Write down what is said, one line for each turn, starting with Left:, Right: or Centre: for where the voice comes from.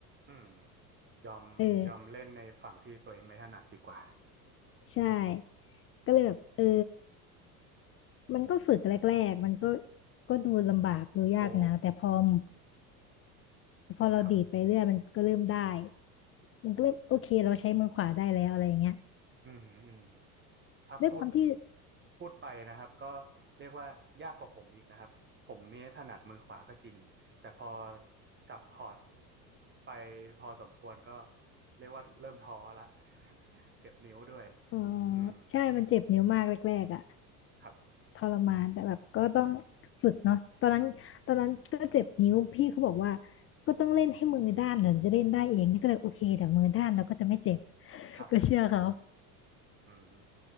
Right: อืมยอมยอมเล่นในฝั่งที่ตัวเองไม่ถนัดดีกว่า
Left: เออใช่
Right: อืม
Left: ก็เลยแบบเออมันก็ฝึกแรกๆมันก็ก็ดูลำบากดูยากนะแต่พอม
Right: โอ้
Left: พอเราดีดไปเรื่อยมันก็เริ่มได้
Right: ครับ
Left: มันก็เริ่มโอเคเราใช้มือขวาได้แล้วอะไรอย่างเงี้ย
Right: อืมอืม ถ้าพูด
Left: ด้วยความที่
Right: พูดไปนะครับก็เรียกว่ายากกว่าผมอีกนะครับผมเนี่ยถนัดมือขวาก็จริงแต่พอจับคอร์ดไปพอสมควรก็เรียกว่าเริ่มท้อละ <laughs> เจ็บนิ้วด้วย
Left: อ๋อ
Right: อืม
Left: ใช่มันเจ็บนิ้วมากแรกๆอ่ะ
Right: ครับ
Left: ทรมานแต่แบบก็ต้องฝึกเนาะตอนนั้นตอนนั้นก็เจ็บนิ้วพี่เขาบอกว่าก็ต้องเล่นให้มือด้านถึงจะเล่นได้เองนี่ก็เลยโอเคแต่มือด้านเราก็จะไม่เจ็บ <laughs>
Right: ครับ
Left: ก็เชื่อเขา
Right: อืม